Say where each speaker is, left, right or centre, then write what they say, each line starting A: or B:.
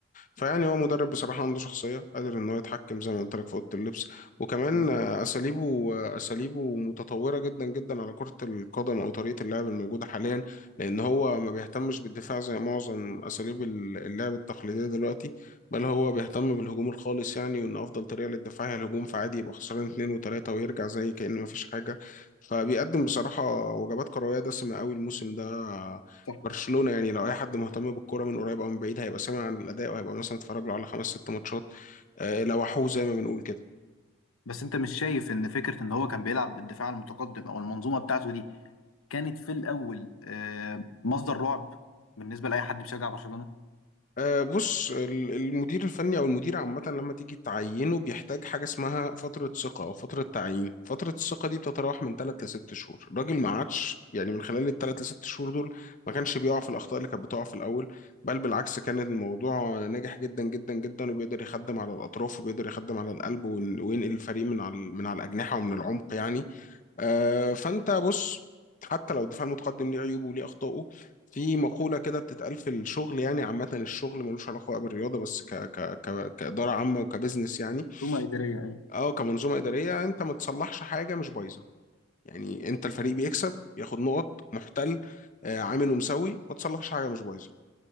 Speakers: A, on the left; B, on the left.
A: فيعني هو مدرب بصراحه عنده شخصيه قادر ان هو يتحكم زي ما قلت لك في اوضه اللبس وكمان
B: جدا.
A: آه، اساليبه آه، اساليبه متطوره جدا جدا على كره القدم او طريقه اللعب الموجوده حاليا لان هو ما بيهتمش بالدفاع زي معظم اساليب ال- اللعب التقليديه دلوقتي بل هو بيهتم بالهجوم الخالص يعني وان افضل طريقه للدفاع هي الهجوم فعادي يبقى خسران اتنين وتلاته ويرجع زي كأنه ما فيش حاجه فبيقدم بصراحه وجبات كرويه دسمه قوي الموسم ده
B: صح
A: برشلونة يعني لو اي حد مهتم بالكوره من قريب او من بعيد هيبقى سامع عن الاداء وهيبقى مثلا اتفرج له على خمس ست ماتشات آه، لوحوه زي ما بنقول كده
B: بس انت مش شايف ان فكره ان هو كان بيلعب بالدفاع المتقدم او المنظومه بتاعته دي كانت في الاول آه، مصدر رعب بالنسبه لاي حد بيشجع برشلونه
A: آه، بص ال- المدير الفني او المدير عامه لما تيجي تعينه بيحتاج حاجه اسمها فتره ثقه او فتره تعيين فتره الثقه دي بتتراوح من 3 ل 6 شهور الراجل ما عادش يعني من خلال الثلاث ل 6 شهور دول ما كانش بيقع في الاخطاء اللي كانت بتقع في الاول بل بالعكس كان الموضوع ناجح جدا جدا جدا وبيقدر يخدم على الاطراف وبيقدر يخدم على القلب وين- وينقل الفريق من على من على الاجنحه ومن العمق يعني آه، فانت بص حتى لو الدفاع المتقدم ليه عيوبه وليه اخطائه في مقولة كده بتتقال في الشغل يعني عامة الشغل ملوش علاقة بقى بالرياضة بس ك ك ك كإدارة عامة وكبزنس يعني
B: هجوم إدارية أيوة
A: أو كمنظومة إدارية أنت ما تصلحش حاجة مش بايظة يعني أنت الفريق بيكسب ياخد نقط محتل آه، عامل ومسوي ما تصلحش حاجة مش بايظة